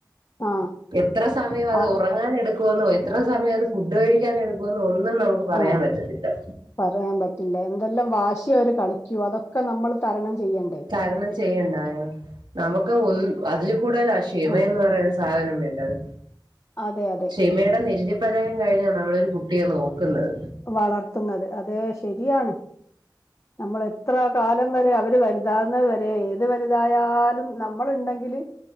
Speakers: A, on the left; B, on the right.
A: ആഹ്
B: എത്ര സമയം അത്
A: ആഹ്
B: ഉറങ്ങാൻ എടുക്കുവെന്നോ എത്ര സമയം അത് ഫുഡ് കഴിക്കാൻ എടുക്കുമെന്നോ ഒന്നും നമു ക്ക് പറയാൻ
A: ആഹ്
B: പറ്റത്തില്ല.
A: പറയാൻ പറ്റില്ല എന്തെല്ലാം വാശിയാ അവര് കളിക്കുവാ അതൊക്കെ നമ്മൾ തരണം ചെയ്യണ്ടേ?
B: തരണം ചെയ്യണ്ടായോ നമുക്ക് ഒന്ന് അതിൽ കൂടുതലാ ക്ഷമ
A: ആ
B: എന്ന് പറയുന്ന സാ സാധനം വേണ്ടത്
A: അതെ അതെ
B: ക്ഷമയുടെ നെല്ലി പലകേം കഴിഞ്ഞാ നമ്മളൊരു കുട്ടിയെ നോക്കുന്നത്.
A: വളർത്തുന്നത് അതേ ശരിയാണ്. നമ്മൾ എത്ര കാലം വരെ അവര് വലുതാവുന്നത് വരെ ഏത് വലുതായാലും നമ്മള് ഇണ്ടെങ്കില്